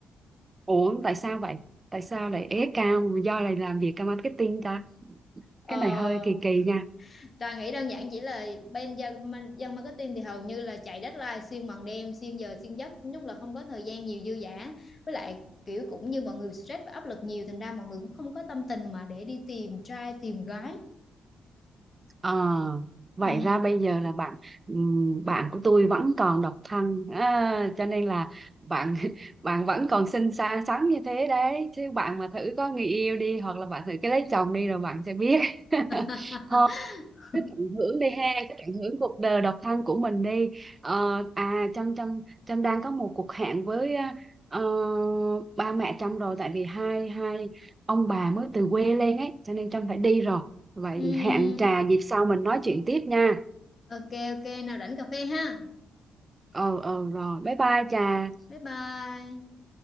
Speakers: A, on the right; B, on the left.
A: <laughs> Ủa tại sao vậy? Tại sao lại ế cao do lại làm việc marketing ta?
B: ờ,
A: Cái này hơi kỳ kỳ nha.
B: Trà nghĩ đơn giản chỉ là bên dân, ma- dân marketing thì hầu như là chạy deadline xuyên bằng đêm xuyên giờ xuyên giấc lúc là không có thời gian nhiều dư dả với lại kiểu cũng như mọi người stress và áp lực nhiều thành ra mọi người cũng không có tâm tình mà để đi tìm trai tìm gái
A: Ờ, vậy
B: ừ.
A: ra bây giờ là bạn ừm, bạn của tôi vẫn còn độc thân à, cho nên là bạn <laughs> bạn vẫn còn xinh xắn xắn như thế đấy chứ bạn mà thử có người yêu đi hoặc là bạn thử cái lấy chồng đi rồi bạn sẽ biết <laughs>
B: <laughs>
A: thôi cứ tận hưởng đi ha cứ tận hưởng cuộc đời độc thân của mình đi Ờ, à Trâm Trâm Trâm đang có một cuộc hẹn với ờ, ba mẹ Trâm rồi tại vì hai hai ông bà mới từ quê lên ấy cho nên Trâm phải đi rồi vậy
B: Ừm,
A: hẹn trà dịp sau mình nói chuyện tiếp nha
B: ok ok nào rảnh cà phê ha
A: ờ ờ rồi bye bye trà
B: bye bye